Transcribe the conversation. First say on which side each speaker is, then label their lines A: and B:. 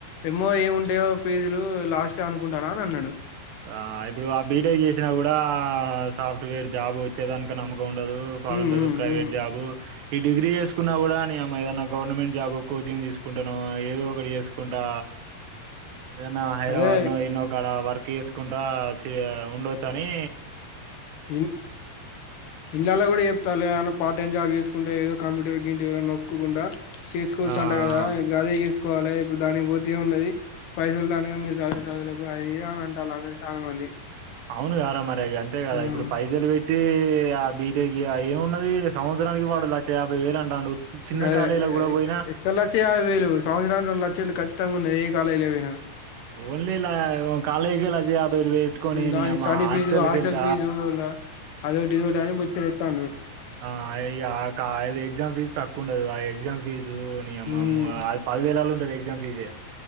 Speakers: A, on the left (about 75°); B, on the right (about 85°).
A: ఏమో ఏమి ఉంటాయో ఫీజులు లాస్ట్ అనుకుంటాన అని అన్నాడు
B: ఆ ఇప్పుడు ఆ బీటెక్ చేసినా కూడా సాఫ్ట్వేర్ జాబ్ వచ్చేదానుక నమ్మక ఉండదు పాడుండదు
A: ఉమ్ ఉమ్
B: ప్రైవేట్
A: ఉమ్
B: జాబు ఈ డిగ్రీ చేసుకున్నా కూడా నీయమ్మ ఏదైన్నా గవర్నమెంట్ జాబ్ కోచింగ్ తీసుకుంటనో ఏదో ఒకటి చేసుకుంటా ఆ ఏదనా హైదరాబాద్ల
A: అదే
B: నో ఏడనో ఒకాడా వర్క్ చేసుకుంటా చే ఉండొచ్చని
A: ఇన్ ఇన్నాళ కూడా చెపుతాలు కదాన్న పార్ట్ టైం జాబ్ చేసుకుంటే ఏదో కంప్యూటర్ గింటివో నొక్కుకుంట చేసుకోవచ్చు
B: ఆ
A: అంట కదా
B: ఆ
A: గదే చేస్ కోవాలి ఇప్పుడు దానికి పోతే ఉన్నది పైసలు దండగ మీరు చదివే చదులకు అవి ఇని అంటాలు అందరు చాలా మంది
B: అవును గరామరిగి అంతే కదా
A: ఉమ్
B: ఇప్పుడు పైసలు పెట్ టె ఆ బీటెక్ ఏమున్నది సంవత్సరానికి వాడు లచ్చ యాభై వేలు అంటాండు చిన్న
A: అదే
B: కాలేజీలో కూడా పోయినా
A: ఎక్కడ లచ్చ యాభై వేలు సంవత్సరానికి రెండు లచ్చలు క తంగున్నేయి ఏ కాలేజీలో పోయిన
B: ఓన్లీలా కాలేజ్ లచ్చ యాభై వేలు పెట్టుకొని
A: దాని
B: నీయమ్మ
A: స్టడీ
B: హాస్టెల్
A: ఫీజు హాస్టల్
B: కెంత
A: ఫీజు అదోటి ఇదిోటని బొచ్చడేతాండు
B: ఆ అయ ఇగ ఆ క ఎగ్జామ్ ఫీస్ తక్కు కుండదు ఆ ఎగ్జామ్ ఫీజు నీయమ్మ
A: ఉమ్
B: ఆ మ పది వేలాలో ఉంటది ఎగ్జామ్ ఫీజే